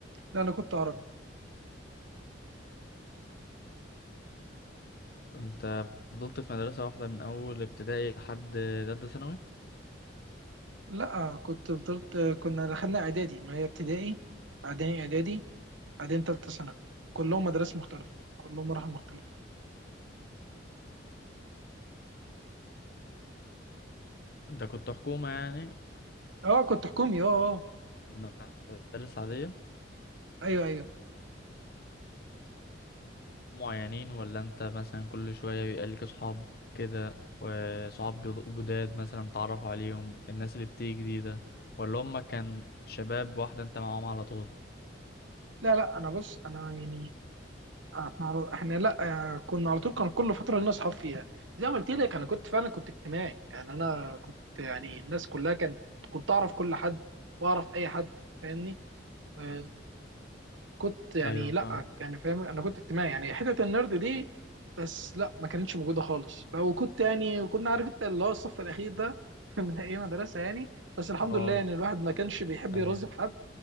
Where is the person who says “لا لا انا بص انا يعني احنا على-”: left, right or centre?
Right